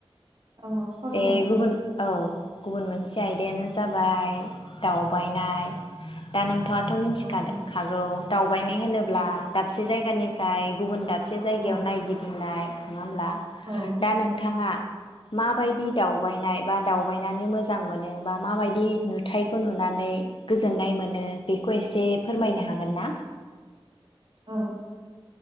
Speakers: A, on the right; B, on the left.
A: औ सावरायजायो
B: बे गुबुन
A: दे
B: औ गुबुन मोनसे आयदायानो जाबाय। दावबायनाय
A: औ
B: दा नोंथाङाथ
A: औ
B: मिथिखाद
A: दावबायनाय
B: खागौ बायनाय होनोब्ला
A: औ
B: दाबसे जायगानिफ्राय गुबुन दाब से जायगायाव
A: औ
B: नायगिदिंनाय नङा ओमब्ला
A: औ
B: दा नोंथाङा मा बायदि दि दावबायनाय बा दावबायनानै मोजां मोनो बा माबायदि नुथायखौ नुनानै गोजोननाय मोनो बेखौ इसे फोरमायनो हागोन ना?
A: औ